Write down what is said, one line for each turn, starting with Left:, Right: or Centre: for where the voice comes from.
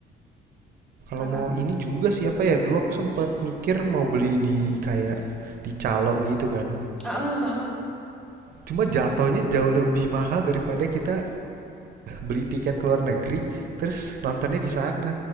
Right: Kalau
Centre: Karena
Right: mau ini juga sih apa ya, dulu aku sempat mikir mau beli di kayak di calo gitu kan.
Centre: ah, ah, ah.
Right: Cuma jatuhnya jauh lebih mahal daripada kita beli tiket ke luar negeri terus nontonnya di sana.